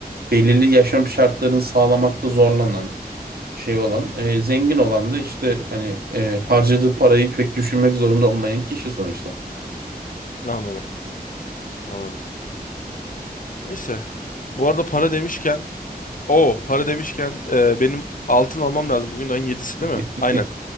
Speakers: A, on the right (about 70°); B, on the left (about 55°).
A: belirli yaşam şartlarını sağlamakta zorlanan şey olan e, zengin olan da işte hani e, harcadığı parayı pek düşünmek zorunda olmayan kişi sonuçta.
B: Anladım. Anladım. Neyse. Bu arada para demişken, o para demişken e, benim altın almam lazım. Bugün ayın yedisi
A: <laughs>
B: değil mi? Aynen.